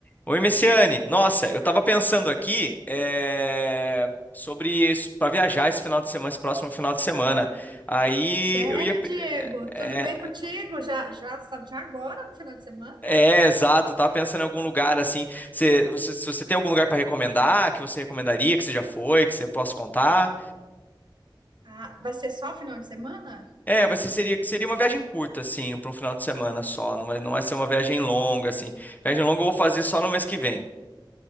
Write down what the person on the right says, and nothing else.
Sério,
Diego? Tudo
bem contigo? Já, já, já agora no final de semana?
Ah, vai ser só final de semana?